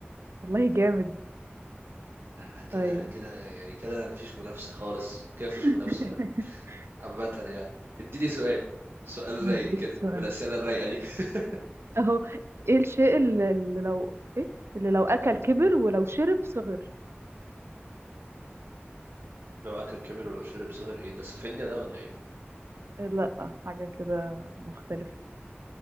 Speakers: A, on the right (about 80°); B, on the right (about 65°).
A: والله جامد
B: لا لا كده
A: طيب
B: كده يعني كده انا مفيش منافسة خالص كده مفيش
A: <laughs>
B: منافسة ولا دي عامة يعني اديني سؤال سؤال
A: هديك
B: رايق كده
A: سؤال
B: من الأسئلة الرايقة دي <laughs>
A: اهو ايه الشيء اللي اللي لو ايه اللي لو اكل كبر ولو شرب صغر
B: لو أكل كبر ولو شرب صغر ايه ده سفنجة ده ولا ايه؟
A: إيه لا حاجة كده مختلفة